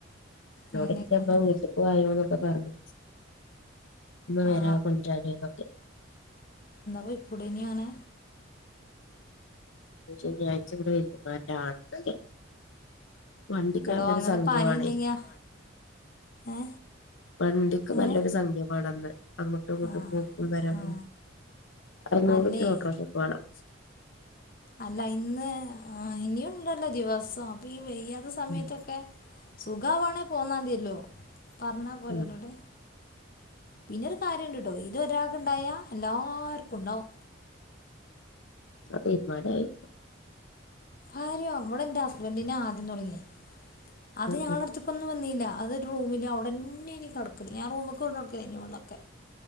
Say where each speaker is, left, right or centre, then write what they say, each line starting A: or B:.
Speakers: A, on the left (about 80°); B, on the left (about 45°).
A: എന്നോട്
B: എങ്ങനെയൊക്കെയെന്ന്
A: ന്റെ ഇമ്മ വീട്ടക്ക് വായോന്നൊക്കെ പറഞ്ഞു ഇമ്മ
B: ആ
A: വേരാ കൊണ്ടരാന് ന്നൊക്കെ
B: ന്നാ പൊയ്ക്കൂടെന്യോ അങ്ങനെ
A: ശനിയാഴ്ച ഇവിടെ വെല്ലിമാന്റെ ആണ്ടൊക്കെ വണ്ടിക്
B: എടോ
A: നല്ലൊരു
B: അങ്ങനെ
A: സംഖ്യമാണേ
B: പനി ഉണ്ടെങ്കിൽ ഏ
A: വണ്ടിക്ക്
B: എങ്ങനെ
A: നല്ലൊരു സംഖ്യമാണെന്ന് അങ്ങോട്ടും ഇങ്ങോട്ടും
B: ആ
A: പോക്കും വരവും
B: ആ
A: അറന്നൂറുപ്യ
B: അല്ലേ
A: ഓട്ടോറിക്ഷക്ക് വാണം
B: അല്ല ഇന്ന് ആ ഇനിയുണ്ടല്ലോ ദിവസം അപ്പൊ ഈ വെയ്യാത്ത സമയത്തൊക്കെ
A: ഉം
B: സുഖമാവാണെ പോന്നാതിയല്ലോ പറഞ്ഞാൽ പോരോലോട്
A: ഉം
B: പിന്നെരു കാര്യംണ്ട്ട്ടോ ഇത് ഒരാൾക്ക് ണ്ടായൽ എല്ലാവർക്കും ഉണ്ടാവും
A: ആ തീരുമാനമായി
B: കാര്യോ ഇവടെ എന്റെ ഹസ്ബന്റിന ആദ്യം തുടങ്ങിയ അത്
A: ഉം
B: ഞള
A: ഉം
B: അടുത്ത് കൊന്നും വന്നില്ല അതൊ റൂമില് അടന്നെനി കിടക്കല് ഞൻ റൂമ്ക്ക് കൊണ്ട് കൊടുക്കലേനി വെള്ളൊക്കെ